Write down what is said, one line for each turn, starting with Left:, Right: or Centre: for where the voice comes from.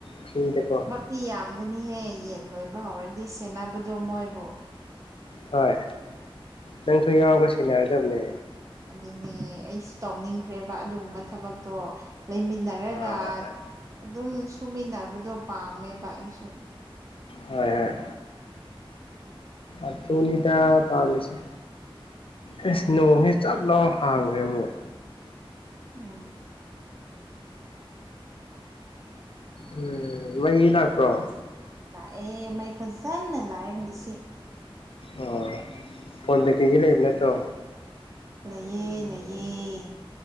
Left: ꯐ꯭ꯔꯤꯗꯀꯣ
Right: ꯇꯤ ꯌꯥꯝꯒꯅꯤꯍꯦ ꯌꯦꯟ ꯂꯣꯏꯕ ꯍꯧꯔꯗꯤ ꯁꯦꯟꯅꯕꯗꯣ ꯃꯣꯏꯕ‌ꯣ
Left: ꯍꯣꯏ ꯅꯪꯁꯨ ꯌꯥꯎꯔꯒ ꯁ‌ꯦꯟꯅꯔꯗꯕꯅꯦ
Right: ꯑꯗꯨꯅꯦ ꯑꯩꯁꯨ ꯇꯧꯅꯤꯡꯈ꯭ꯔꯦꯕ ꯑꯗꯨꯒꯨꯝꯕ ꯊꯕꯛꯇꯣ ꯂꯩꯃꯤꯟ ꯅꯔꯒ
Left: ꯑꯥ ꯍꯣꯏ
Right: ꯑꯗꯨꯝ ꯁꯨꯃꯤꯟꯅꯕꯗꯣ ꯄꯥꯝꯃꯦꯕ ꯑꯩꯁꯨ
Left: ꯍ‌ꯣꯏ ꯍ‌ꯣꯏ ꯑꯗꯨꯅꯤꯗ ꯄꯥꯝꯃꯤꯁꯦ ꯑꯦꯁ
Right: ꯎꯝ
Left: ꯅꯣꯡꯁꯦ ꯆꯞ ꯂꯥꯎ ꯍꯥꯡꯈ꯭ꯔꯦ ꯑꯃꯨꯛ
Right: ꯎꯝ
Left: ꯎꯝ
Right: ꯑꯗꯨꯗꯨ
Left: ꯃꯩ ꯂꯥꯛꯄ꯭ꯔꯣ
Right: ꯄꯥꯝ ꯂꯥꯛꯑꯦ ꯃꯩ ꯐꯖꯅ ꯂꯥꯛꯑꯦ ꯉꯁꯤ
Left: ꯑꯣ ꯐꯣꯟ ꯕꯦꯀꯤꯡꯗꯤ ꯂꯩꯕ ꯅꯠꯇ꯭ꯔꯣ
Right: ꯂꯩꯌꯦ ꯂꯩꯌꯦ